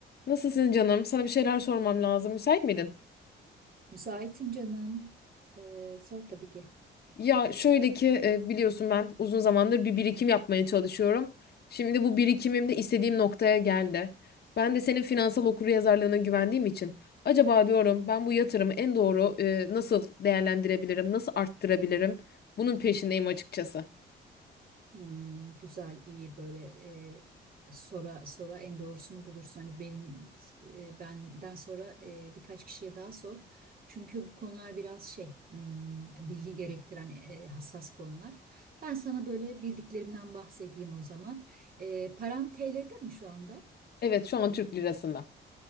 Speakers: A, on the left; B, on the right.
A: Nasılsın canım? Sana bir şeyler sormam lazım. Müsait miydin?
B: Müsaitim canım. Ee, sor tabii ki.
A: Ya şöyle ki e, biliyorsun ben uzun zamandır bir birikim yapmaya çalışıyorum. Şimdi bu birikimim de istediğim noktaya geldi. Ben de senin finansal okuryazarlığına güvendiğim için acaba diyorum ben bu yatırımı en doğru e, nasıl değerlendirebilirim, nasıl arttırabilirim? Bunun peşindeyim açıkçası.
B: Hmm, güzel, iyi böyle e, sora sora en doğrusunu bulursun. Hani benim e, benden sonra e, birkaç kişiye daha sor. Çünkü bu konular biraz şey hmm, bilgi gerektiren e, hassas konular. Ben sana böyle bildiklerimden bahsedeyim o zaman. E, paran TL'de mi şu anda?
A: Evet, şu an Türk lirasında.